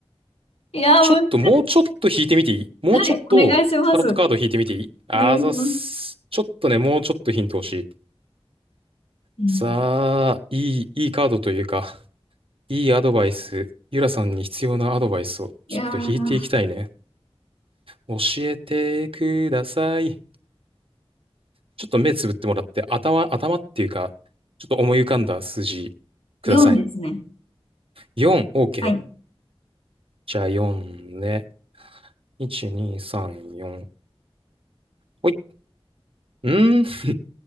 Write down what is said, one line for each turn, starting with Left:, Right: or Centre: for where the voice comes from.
Left: いやー、
Right: ちょっと、
Left: 難し
Right: もうちょっと引いてみていいもうちょっとタロットカード引いてみていいあざっす。
Left: い。はい。お願いします。お願いします。
Right: ちょっとね、もうちょっとヒント欲しい。
Left: うん。
Right: さあ、いい、いいカードというか、いいアドバイス。ゆらさんに必要なアドバイスをちょっと引いていきたいね。
Left: いやー、
Right: 教えてください。ちょっと目つぶってもらって、頭、頭っていうか、ちょっと思い浮かんだ数字ください。
Left: 4ですね。
Right: 4、OK。
Left: はい。
Right: じゃあ4ね。1、2、3、4。ほい。うんー。